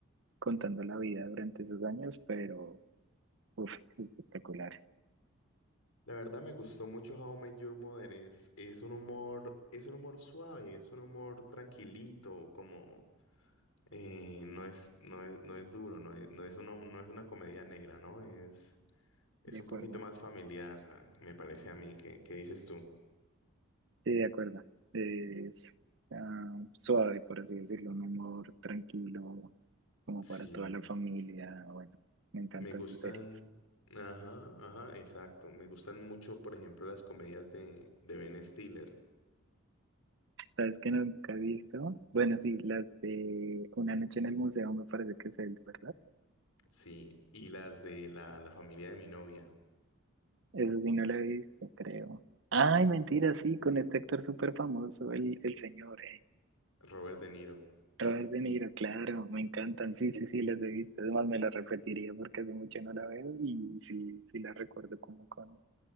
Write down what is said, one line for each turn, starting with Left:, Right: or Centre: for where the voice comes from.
Right: contando la vida durante esos años, pero Uf, espectacular.
Left: la verdad me gustó mucho How I Met Your Mother. Es, es un humor, es un humor suave, es un humor tranquilito, como eh, no es, no es, no es duro, no es, no es uno- no es una comedia negra, ¿no? Es, es
Right: De
Left: un
Right: acuerdo.
Left: poquito más familiar, ah, me parece a mí. ¿Qué, qué dices tú?
Right: Sí, de acuerdo. Es ah, suave, por así decirlo, un humor tranquilo, como
Left: Sí.
Right: para toda la familia. Bueno, me encanta
Left: Me gustan,
Right: esa serie.
Left: ajá, ajá, exacto. Me gustan mucho, por ejemplo, las comedias de, de Ben Stiller,
Right: ¿Sabes qué nunca he visto? Bueno, sí, las de Una noche en el museo me parece que es el, ¿verdad?
Left: sí, y las de la, la familia de mi novia,
Right: Eso sí no lo he visto, creo. Ay, mentira, sí, con este actor súper famoso, el, el señor.
Left: Robert De Niro.
Right: Robert De Niro, claro, me encantan, sí, sí, sí, las he visto, además me las repetiría porque hace mucho no la veo y sí, sí la recuerdo como con,